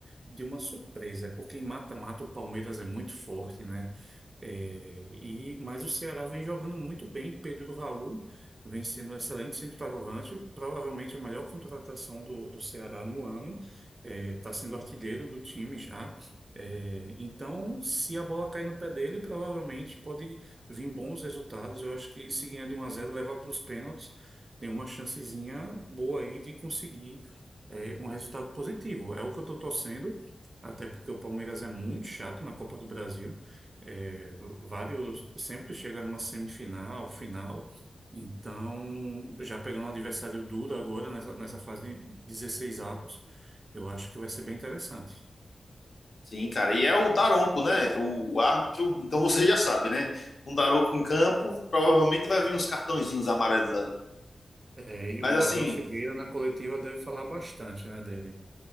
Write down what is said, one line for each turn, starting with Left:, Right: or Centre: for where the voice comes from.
Right: de uma surpresa. É porque em mata-mata o Palmeiras é muito forte, né? É, e, mas o Ceará vem jogando muito bem. Pedro Raul vem sendo um excelente centroavante, provavelmente a melhor contratação do, do Ceará no ano. Está sendo artilheiro do time já. É, então, se a bola cair no pé dele, provavelmente pode vir bons resultados. Eu acho que se ganhar de um a zero levar para os pênaltis tem uma chancezinha boa aí de conseguir é, um resultado positivo. É o que eu estou torcendo, até porque o Palmeiras é muito chato na Copa do Brasil. É, vários sempre chega numa semifinal, final. Então, já pegando um adversário duro agora nessa, nessa fase de 16 avos, eu acho que vai ser bem interessante.
Left: Sim, cara. E é o Daronco, né? O árbitro. Então <laughs> você já sabe, né? Um Daronco em campo, provavelmente vai vir uns cartõezinhos amarelos ali.
Right: É, e
Left: Mas
Right: o
Left: assim,
Right: Abel Ferreira na coletiva deve falar bastante, né, dele.